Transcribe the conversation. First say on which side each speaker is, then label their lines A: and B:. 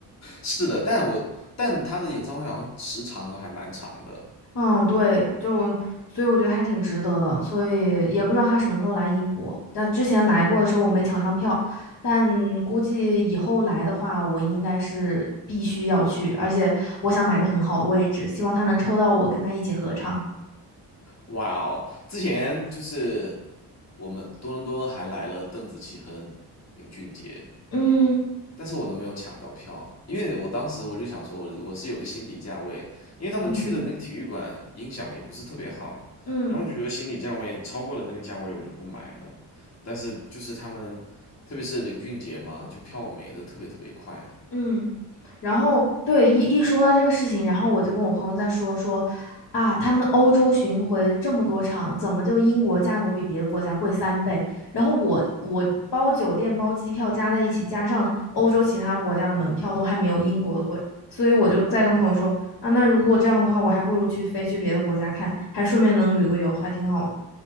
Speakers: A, on the left (about 40°); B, on the left (about 60°).
A: 是的，但我但他的演唱会好像时长都还蛮长的，
B: 嗯，对，就所以我觉得还挺值得的，所以也不知道他什么时候来英国。但之前来过的时候我没抢上票，但估计以后来的话，我应该是必须要去，而且我想买个很好的位置，希望他能抽到我跟他一起合唱。
A: 哇哦！之前就是我们多伦多还来了邓紫棋和林俊杰，
B: 嗯
A: 但是我都没有抢到票，因为我当时我就想说我，我是有个心理价位，因为他们去的那个体育馆音响也不是特别好，
B: 嗯嗯
A: 然后我就觉得心理价位超过了那个价位，我就不买了。但是就是他们，特别是林俊杰嘛，就票没的特别特别快，
B: 嗯。然后对一一说到这个事情，然后我就跟我朋友在说说，啊，他们欧洲巡回这么多场，怎么就英国价格比别的国家贵三倍？然后我我包酒店包机票加在一起，加上欧洲其他国家的门票都还没有英国的贵，所以我就在跟朋友说，啊，那如果这样的话，我还不如去飞去别的国家看，还顺便能旅个游，还挺好的。